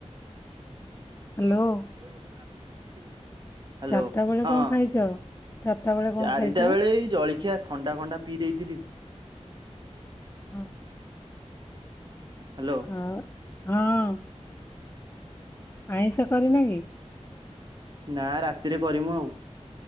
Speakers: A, on the left; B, on the right.
A: ହାଲୋ।
B: <inaudible> ହାଲୋ
A: ଚାରିଟା ବେଳେ
B: ହଁ
A: କଣ ଖାଇଛ ଚାରିଟା ବେଳେ କଣ
B: ଚାରିଟା
A: ଖାଇଛ
B: ବେଳେ ଏଇ ଜଳଖିଆ ଥଣ୍ଡା ଫଣ୍ଡା ପିଇ ଦେଇଥିଲି।
A: ହଁ।
B: ହାଲୋ।
A: ଆଉ ହଁ ଆଇଁଷ କରିନ କି?
B: ନା ରାତିରେ କରିମୁ ଆଉ।